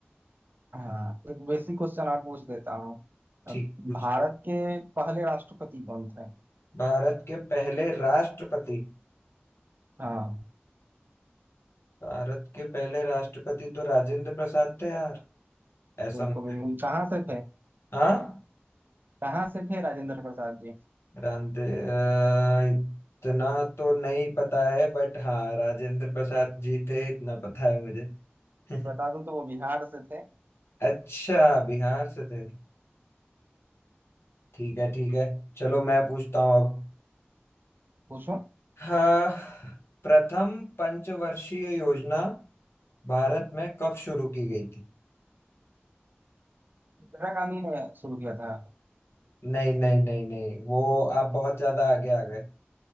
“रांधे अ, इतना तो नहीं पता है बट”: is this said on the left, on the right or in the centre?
Left